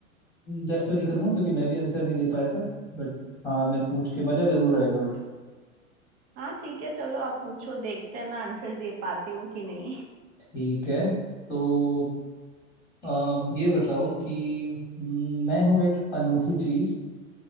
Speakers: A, in the centre; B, on the right.
A: जस्ट तो नहीं करूंगा क्योंकि मैं भी आंसर नहीं दे पाया था बट हाँ मैं पूछ के मजा जरूर आएगा बट
B: हाँ ठीक है चलो आप पूछो देखते हैं मैं आंसर दे पाती हूँ कि नहीं
A: ठीक है तो अ, ये बताओ कि हम्म, मैं हूं एक अनोखी चीज